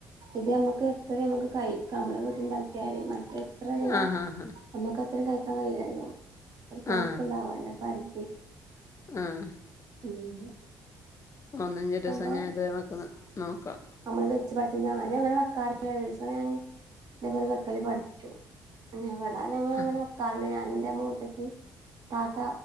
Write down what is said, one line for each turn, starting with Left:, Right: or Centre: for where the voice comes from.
Right: ഇത് ഞമ്മക്ക് എത്രിം നമ്മുക്ക് കഴിക്കാം നമ്മളെ വീട്ട്ല്ണ്ടാക്കിയാല് മറ്റേ എത്രെന്നില്ലെ
Left: ആഹാഹാ!
Right: ഒന്നൊക്ക എത്രിം കഴിക്കാൻ കഴിയില്ലല്ലോ. ഒര്
Left: ആ,
Right: കണക്ക്
Left: ഹാ
Right: ഇണ്ടാവൊല്ലോ പര്തി
Left: ആഹ്.
Right: ഉം.
Left: ആഹ് ന്നാ ഇഞ് ഒരൂസം
Right: സംഭവം
Left: ഞാ ഇതേമാര്ക്കൊന്ന് നോക്ക
Right: നമ്മള് വെച്ച് പഠിച്ചനം ഞാനും അങ്ങനെ വെക്കാ നൊരുസം ഞാന് ഇതേപോലെ വെക്കല് പഠിച്ചു അന്ന് ഞാ ഞാന് ഇപ്പൊ
Left: ആ,
Right: ഇങ്ങനെ വെക്കാറില്ല ഞാ ഇന്റെ മൂത്തച്ചി ത്താത്ത